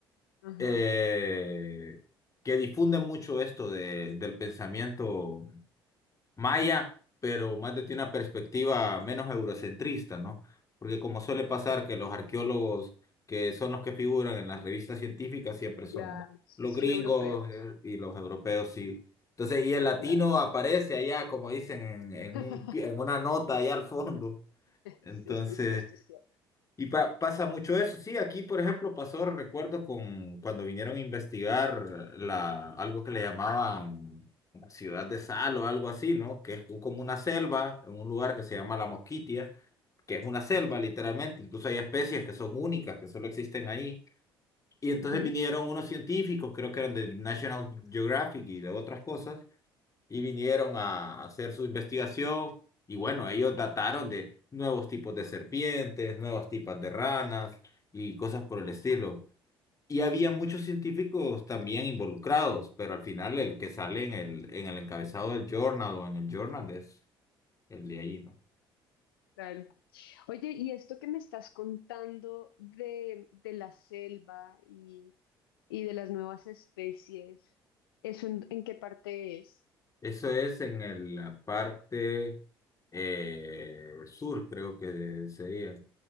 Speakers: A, on the left (about 70°); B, on the left (about 25°).
A: Ajá,
B: eh, que difunde mucho esto de, del pensamiento maya, pero más desde una perspectiva menos eurocentrista, ¿no? Porque como suele pasar que los arqueólogos que son los que figuran en las revistas científicas siempre son
A: claro, son
B: los gringos
A: europeos.
B: eh, y los europeos, sí. Entonces, y el latino
A: Claro.
B: aparece allá, como dicen, en, en
A: <laughs>
B: un, pie- en una nota allá al fondo. Entonces,
A: Sí, sí, sí, esto es cierto.
B: y pa- pasa mucho eso, sí, aquí por ejemplo pasó, recuerdo, con cuando vinieron a investigar la, algo que le llamaban la ciudad de Sal o algo así, ¿no? Que es un- como una selva, en un lugar que se llama La Mosquitia, que es una selva literalmente, incluso hay especies que son únicas, que solo existen ahí. Y entonces
A: Ujú, Ok.
B: vinieron unos científicos, creo que eran de National Geographic y de otras cosas y vinieron a hacer su investigación y bueno, ellos dataron de nuevos tipos de serpientes, nuevos tipos de ranas y cosas por
A: Wow.
B: el estilo. Y había muchos científicos también involucrados, pero al final el que sale en el, en el encabezado del journal o en el journal es el de ahí, ¿no?
A: Claro. Oye, y esto que me estás contando de, de la selva y, y de las nuevas especies, ¿eso en, en qué parte es?
B: Eso es en el- la parte eh, sur, creo que sería.